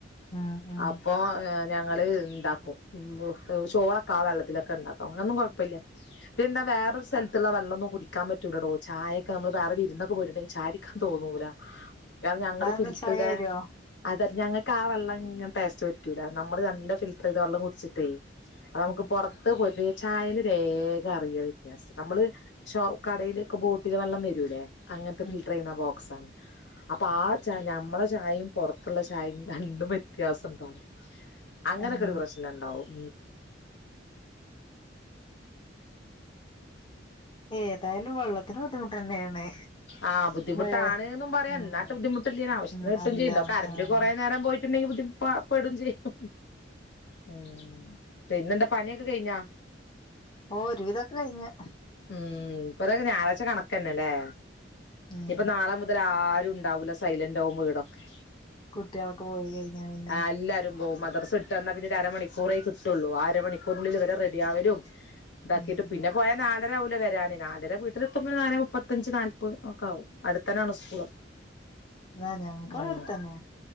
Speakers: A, on the left (about 25°); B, on the left (about 65°).
A: ഉം ഉം
B: അപ്പൊ ഏ ഞങ്ങള് ണ്ടാക്കും ഉം ചോറൊക്കെ ആ വെള്ളത്തിലൊക്കെ ഇണ്ടാക്കും. അങ്ങനൊന്നും കൊഴ്‌പ്പല്ല. പിന്നെ വേറൊരു സ്ഥല ത്തുള്ള വെള്ളൊന്നും കുടിക്കാൻ പറ്റൂലെടോ കചായയക്കെ നമ്മ വേറെ വിരുന്നൊക്കെ പോയിട്ടുണ്ടെങ്കിൽ ചായ ടിൻ തോന്നൂല രാണം ഞങ്ങള്
A: ആഹ് അത്
B: ഫിൽറ്റർ
A: ചൊയ
B: താ
A: വരോ
B: അത ഞങ്ങൾക്ക് ആ വെള്ളങ്ങനെ ടേസ്റ്റ് പറ്റൂല. നമ്മള് നല്ല ഫിൽട്ടറൈത വെള്ളം കുടിച്ചിട്ടേ. പ്പൊ നമുക്ക്
A: ഉം
B: പൊറത്ത് പോയിട്ട് ചായല് വേഗം അറിയ. നമ്മള് ശോ കടയിലൊക്കെ ബോട്ടില് വെള്ളം വരൂല്ലേ? അങ്ങനത്തെ
A: ഉം
B: ഫിൽട്ടറെയ്യ്ണ ബോക്സാണ്. അപ്പൊ ആ ച ഞമ്മളെ ചായിം പൊർത്ത്ള്ള ചായിം രണ്ടും വ്യത്യാസം ണ്ടാവും. അങ്ങനൊക്കൊര്
A: ഉം
B: പ്രശ്നണ്ടാവും.
A: ഏതായാലും വെള്ളത്തിന് ബുദ്ധിമുട്ടെന്നേണ്.
B: ആഹ് ബുദ്ധിമുട്ടാണ്ന്നും
A: വേ
B: പറിയ
A: ആഹ്
B: ന്നാട്ടെ ബുദ്ധിമുട്ടില്ല്യേനും ആവശ്യത്തിന്
A: ഉം
B: കിട്ടും
A: അല്ല
B: ചെയ്യും. ന്നാ കറണ്ട്
A: ആഹ്
B: കുറെേ നേരം പോയി ട്ടുണ്ടെങ്കി ബുദ്ധി പ്പ പെടും ചെയ്യും. ഉം പിന്നെന്താ പണിയൊക്കെ കയ്ഞ്ഞോ?
A: ഓ ഒരുവിതൊക്കെ കയ്ഞ്ഞ്.
B: ഉം പ്പതൊക്കെ ഞാറാഴ്‌ച കണക്കെന്നെലേ.
A: ഉം
B: നിപ്പൊ നാളെ മുതൽ ആരുണ്ടാവൂല സ് സൈലന്റാവും വീടൊക്കെ.
A: കുട്ട്യാളൊക്കെ പോയി കഴിഞ്ഞാ പിന്നെ
B: എല്ലാരും പോവും മദ്ർസ് വിട്ട്ന്ന പിന്നെ ഒരു അരമണിക്കൂറേ കിട്ടുള്ളൂ. ആ അരമണിക്കൂറിനുള്ളിൽ ഇവരെ റെഡിയാവലും താക്കിയിട്ട്
A: ഉം
B: പിന്നെ. പോയാ നാലരാവൂലെ വരാന്. നാലര വീട്ടിലെത്തുമ്പോന് നാലേ മുപ്പത്തഞ്ച് നാല് ഒക്ക ആവും. അടുത്തനാണ് സ്കൂള്.
A: ആഹ് ഞങ്ങക്ക്
B: ഉം
A: ഇവടെ അടുത്തന്നെ